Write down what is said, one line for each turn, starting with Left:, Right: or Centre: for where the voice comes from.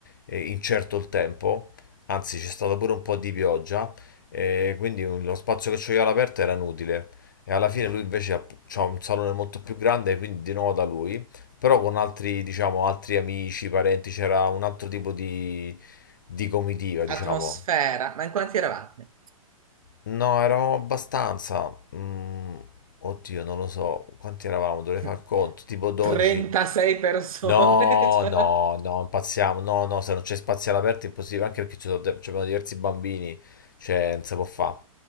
Left: eh, incerto il tempo, anzi c'è stato pure un po' di pioggia, eh, quindi un- lo spazio che c'ho io all'aperto era inutile. E alla fine lui invece ha c'ha un salone molto più grande, quindi di nuovo da lui. Però con altri, diciamo, altri amici, parenti, c'era un altro tipo di, di comitiva, diciamo.
Right: atmosfera, ma in quanti eravate?
Left: No, eravamo abbastanza. mm, oddio, non lo so. Quanti eravamo? Dovrei
Right: <laughs>
Left: far conto. Tipo 12.
Right: 36 persone.
Left: No,
Right: <laughs> cioè.
Left: no, no, impazziamo. No, no, se non c'è spazio all'aperto è impossibile, anche perché ci sono, ci abbiamo diversi bambini, cioè non si può fare.